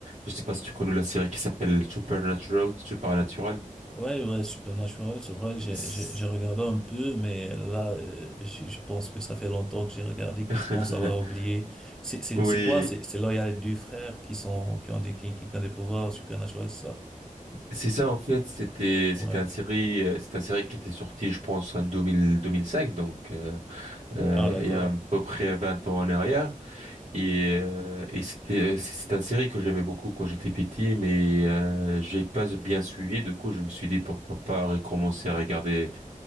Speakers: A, on the right (about 50°); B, in the centre.
A: je sais pas si tu connais la série qui s'appelle Supernatural, Supernatural.
B: Ouais, ouais, Supernatural, c'est vrai, j'ai,
A: C'est-
B: j'ai, j'ai regardé un peu, mais là, euh, je, je pense que ça fait longtemps que j'ai regardé, que
A: <laughs>
B: je pense avoir oublié. C'est, c'est,
A: Oui,
B: c'est quoi? C'est, c'est là, il y a les deux frères qui sont, qui ont des, qui, qui ont des pouvoirs, Supernatural, c'est ça?
A: C'est ça, en fait, c'était
B: Ouais.
A: c'était un série euh, c'est un série qui était sorti, je pense, en 2000 2005, donc euh, euh,
B: Ah, d'accord.
A: il y a à peu près 20 ans en arrière. Et, euh, et c'était euh, c'est c'est un série que j'aimais beaucoup quand j'étais petit, mais euh, j'ai pas bien suivi. Du coup, je me suis dit pourquoi pas recommencer à regarder